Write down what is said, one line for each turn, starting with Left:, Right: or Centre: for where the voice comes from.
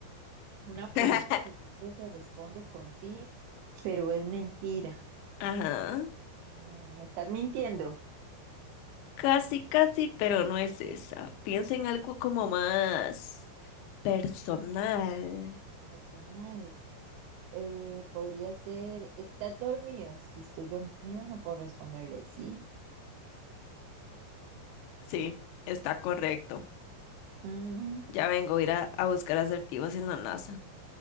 Right: una pregunta
Left: <laughs>
Right: que siempre se responde con sí, pero es mentira.
Left: Ajá,
Right: Mm, ¿me estás mintiendo?
Left: casi, casi, pero no es esa. Piensa en algo como más personal.
Right: Personal. Eh, podría ser, ¿estás dormido? Si estoy dormido, no puedo responderle sí.
Left: Sí, está correcto.
Right: Mm,
Left: Ya vengo a ir a, a buscar asertivos en la NASA.